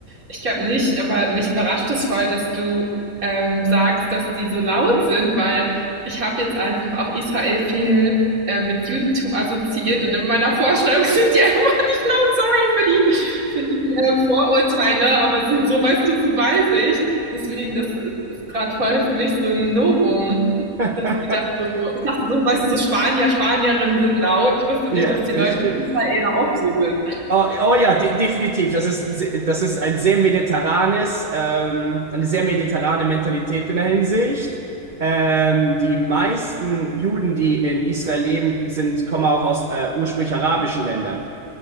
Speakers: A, on the right; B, on the right.
A: ich glaube nicht. Aber mich überrascht es voll, dass du ähm, sagst, dass die so laut sind, weil ich habe jetzt einfach auch Israel viel äh, mit Judentum assoziiert und in meiner Vorstellung <laughs> sind die einfach nicht laut. Sorry für die, für die äh, Vorurteile, ne? aber sind so, weißt du, so bei sich. Deswegen, das ist gerade voll für mich so ein Novum.
B: <laughs>
A: Dass die da so, ich dachte so, weißt du, so Spanier, Spanierinnen sind laut. Ich wusste
B: Ja,
A: nicht, dass die
B: richtig.
A: Leute in Israel da auch so sind.
B: Oh, oh ja, de definitiv. Das ist, se- das ist ein sehr mediterranes, ähm, eine sehr mediterrane Mentalität in der Hinsicht. Ähm, die meisten Juden, die in Israel leben, sind, kommen auch aus äh, ursprünglich arabischen Ländern.